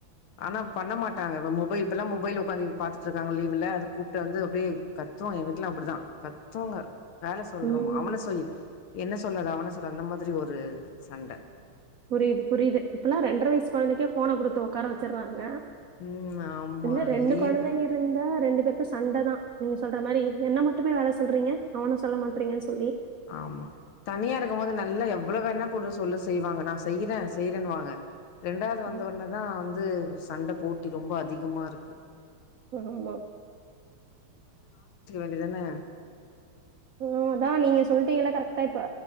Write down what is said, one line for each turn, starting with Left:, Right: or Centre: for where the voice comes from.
Left: ஆனா பண்ண மாட்டாங்க மொபை இப்ப மொபைல் ஒட்காந்து பாத்துட்டு இருக்காங்க லீவுல அது கூப்பிட்டு வந்து அப்டியே கத்தூ என் வீட்ல அப்டிதா கத்தூங்க வேல சொல்றோமா
Right: ம்
Left: அவன சொய்யி என்ன சொல்லாதா அவன அப்புறோ அந்த மாதிரி ஒரு சண்ட
Right: புரிது புரிது இப்பெல்லா ரெண்டற வயசு கொழந்தைக்கே போன குடுத்து உக்கார வ ச்சிறாங்க
Left: ம். ஆமா.
Right: இல்ல ரெண்டு
Left: லீவு.
Right: கொழந்தைங்க இருந்தா ரெண்டு பேருக்கு சண்ட தா நீங்க சொல்ற மாரி என்ன மட்டுமே வேல சொல்றீங்க அவன சொல்ல மாட்டறீங்கன்னு சொல்லி
Left: ஆமா தனியா இருக்கும்போது நல்லா எவ்ளோ வேணா போடு சொல்லு செய்வாங்க நா செய்ற செய்றனுவாங்க ரெண்டாவது வந்தவுடனே
Right: ம்,
Left: தா வந்து சண்ட போட்டி ரொம்போ அதிகமாருக்கு
Right: ஆமா
Left: அப்டிதான
Right: ஆஹ் அதா நீங்க சொல்லிட்டீங்கல்ல கரெக்ட்டா இப்ப